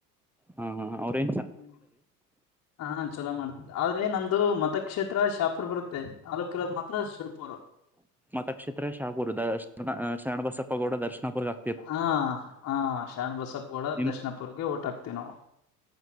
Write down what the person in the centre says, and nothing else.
ಹಾ ಹಾ ಅವ್ರನ್ರಿ
ಮತಕ್ಷೇತ್ರ ಶಾಪುರ್ ದಶನ್ ಶರಣಬಸಪ್ಪ ಗೌಡ ದರ್ಶನಪುರಾ
ನಿಮ್